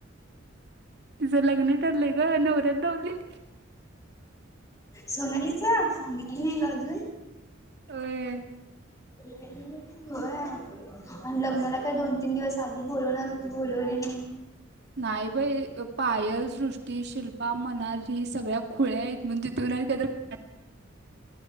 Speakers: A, on the right; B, on the left.
A: तिच लग्न ठरलंय ग नवऱ्याल धावलील.
B: सोनालीच, सांगितली नाही गं अजून.
A: होय
B: हो... य आनं लग्नाला काय दोन तीन दिवस आधी बोलवणार होती, बोलवली नाही.
A: नाही बाई, पायल, सृष्टी, शिल्पा, मनाली सगळ्या खुळ्या येत. म्हणते तू नाही काद्रक,